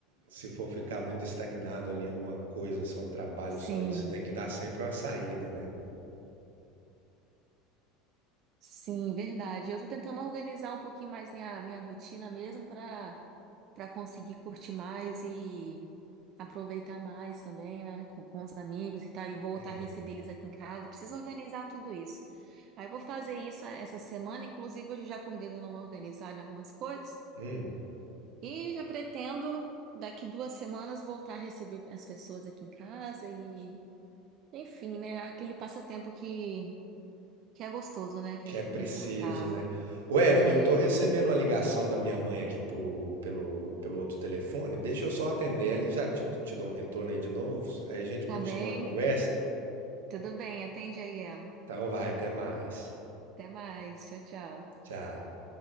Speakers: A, on the right; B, on the right.
A: Se for ficar muito estagnado ali em alguma coisa, só trabalho,
B: Sim,
A: só isso, tem que dar sempre uma saída, né?
B: sim, verdade. Eu tô tentando organizar um pouquinho mais minha, minha rotina mesmo para conseguir curtir mais e aproveitar mais também, né, com, com os amigos e tal, e voltar
A: É,
B: a receber eles aqui em casa. Preciso organizar tudo isso. Aí eu vou fazer isso essa semana, inclusive hoje eu já acordei dando uma organizada em algumas coisas
A: Hum,
B: e já pretendo daqui duas semanas voltar a receber as pessoas aqui em casa e, enfim, né, aquele passatempo que que é gostoso, né, que
A: que
B: é
A: é preciso,
B: confortável.
A: né? Ô, Evelyn,
B: É,
A: eu tô recebendo uma ligação da minha mãe aqui pro- pelo, pelo outro telefone. Deixa eu só atender ela e já te, te dou um retorno aí de novo. Aí a gente
B: tá
A: continua
B: bem,
A: a conversa.
B: tudo bem, atende aí ela.
A: Então vai, até mais.
B: Até mais, tchau, tchau.
A: Tchau.